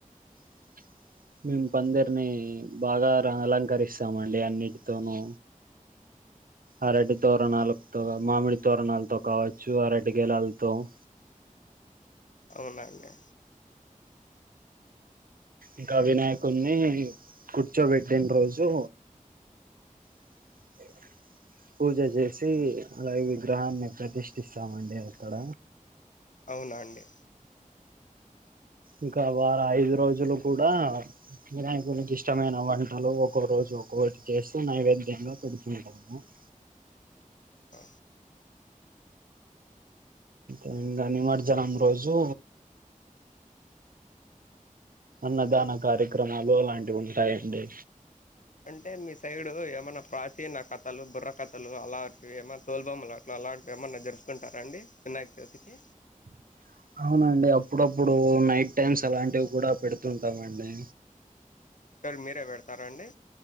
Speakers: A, on the right; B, on the left.
A: <inaudible> మేము పందిరిని బాగా అలంకరిస్తామండి అన్నిటితోనూ అరటి తోరణాలతో మామిడి తోరణాలతో కావచ్చు అరటి గెలల్తో <inaudible>
B: అవునా అండి
A: ఇంకా వినాయకుని కూర్చోబెట్టిన రోజు <inaudible> పూజ జేసి అలాగే విగ్రహాన్ని ప్రతిష్ఠిస్తామండి అక్కడ
B: అవునా అండి
A: ఇంకా వారు ఐదు రోజులు కూడా వినాయకునికి ఇష్టమైన వంటలు ఒక్కో రోజు ఒక్కొక్కటి చేస్తూ నైవేద్యంగా పెడుతుంటాము <inaudible>
B: ఆ
A: ఇంగ నిమర్జనం రోజు అన్నదాన కార్యక్రమాలు అలాంటివి ఉంటాయండి
B: అంటే మీ సైడు ఎం ఏమన్నా ప్రాచీన కథలు బుర్ర కథలు అలాంటివి ఏమన్నా తోల్బొమ్మలాట్లు అలాంటివి ఏమన్నా జరుపుకుంటారా అండి వినాయక చవితికి
A: <inaudible> అవునండి అప్పుడప్పుడు నైట్ టైమ్స్ అలాంటివి కూడా పెడుతూ ఉంటామండి
B: సార్ మీరే పెడతారా అండి